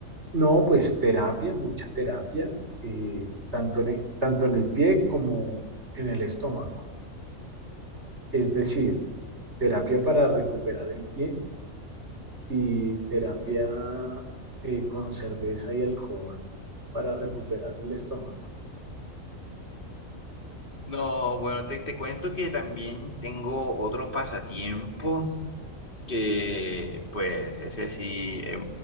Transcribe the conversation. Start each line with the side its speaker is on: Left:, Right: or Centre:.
Right: No, pues terapia, mucha terapia, eh, tanto en, e- tanto en el pie como en el estómago. Es decir, terapia para recuperar el pie y terapia eh, con cerveza y alcohol para recuperar el estómago.
Left: No, bueno, te, te cuento que también tengo otro pasatiempo que, pues, ese sí, eh,